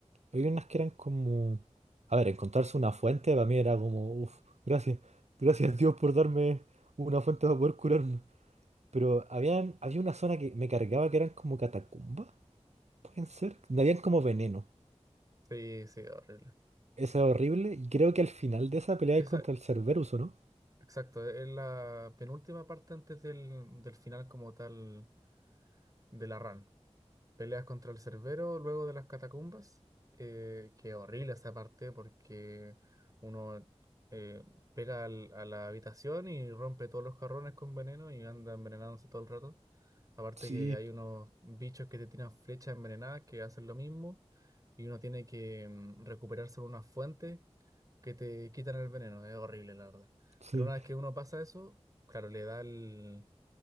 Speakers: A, on the right (about 75°); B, on the right (about 30°).
A: Había unas que eran como... A ver, encontrarse una fuente para mí era como, uff, gracias, gracias Dios por darme una fuente para poder curarme. Pero habían, había una zona que me cargaba que eran como catacumbas, pueden ser. Donde Habían como veneno.
B: Sí, sí, horrible.
A: Esa era horrible. Y creo que al final de esa pelea
B: Esa,
A: es contra el Cerberus, ¿o no?
B: exacto, es la penúltima parte antes del, del final como tal de la run. Peleas contra el Cerbero luego de las catacumbas. Eh, que horrible esa parte porque uno eh, pega al- a la habitación y rompe todos los carrones con veneno y anda envenenándose todo el rato. Aparte
A: Sí,
B: que hay unos bichos que te tiran flechas envenenadas que hacen lo mismo y uno tiene que mm, recuperarse en unas fuentes que te quitan el veneno. Es horrible, la verdad.
A: sí,
B: Pero una vez que uno pasa eso, claro, le da el,